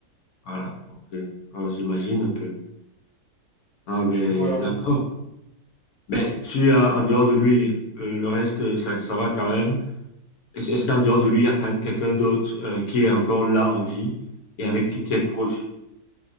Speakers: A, on the left; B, on the right.
A: voilà, ok. Oh, j'imagine un peu. Ah,
B: Du
A: ben,
B: coup, voilà.
A: d'accord. Mais tu as, en dehors de lui, euh, le reste, ça, ça va quand même. Est- Est-ce qu'en dehors de lui, il y a quand même quelqu'un d'autre euh, qui est encore là en vie et avec qui tu es proche?